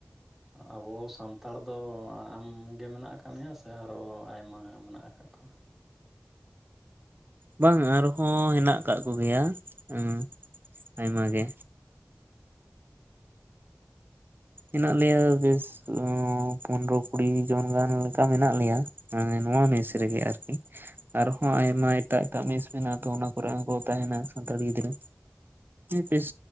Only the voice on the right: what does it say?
ᱵᱟᱝ ᱟᱨᱦᱚᱸ ᱦᱮᱱᱟᱜ ᱟᱠᱟᱫ ᱠᱚᱜᱮᱭᱟ ᱦᱸ ᱟᱭᱢᱟ ᱜᱮ ᱦᱮᱱᱟᱜ ᱞᱮᱭᱟ ᱵᱮᱥ ᱯᱚᱱᱨᱚ ᱠᱩᱲᱤ ᱡᱚᱱ ᱜᱟᱱ ᱞᱮᱠᱟ ᱢᱮᱱᱟᱜ ᱞᱮᱭᱟ ᱢᱟᱱᱮ ᱱᱚᱣᱟ ᱢᱮᱥ ᱨᱮᱜᱮ ᱟᱨᱠᱤ ᱟᱨᱦᱚᱸ ᱟᱭᱢᱟ ᱮᱴᱟᱜ ᱮᱴᱟᱜ ᱢᱤᱥ ᱢᱮᱱᱟᱜᱼᱟ ᱛᱚ ᱚᱱᱟ ᱠᱚᱨᱮ ᱦᱚᱸᱠᱚ ᱛᱟᱦᱮᱱᱟ ᱥᱟᱱᱛᱟᱲᱤ ᱜᱤᱫᱽᱨᱟᱹ ᱵᱮᱥ